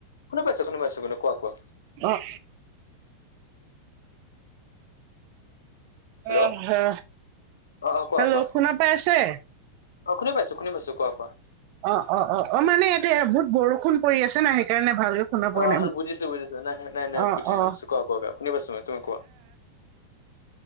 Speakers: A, on the left (about 70°); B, on the right (about 45°).
A: শুনা পাইছো শুনা পাইছো কুনে কোৱা কোৱা।
B: অঁ!
A: হেল্ল'
B: অ সে
A: অ অ কোৱা
B: হেলৌ
A: কোৱা
B: শুনা পাই আছে।
A: অ খুনি পাইছো খুনি পাইছো কোৱা কোৱা।
B: অ অ অ অ মানে ইয়াতে বহুত বৰষুণ পৰি আছে নাই সেইকাৰণে। ভালকে শুনা পোৱা
A: অ
B: নাই
A: সে
B: মোক।
A: বুজিছো বুজিছো নাই নাই নাই নাই
B: অ',
A: বুজিছো
B: অ',
A: বুজিছো ক ক কোনে কৈছো তুমি কোৱা। <inaudible>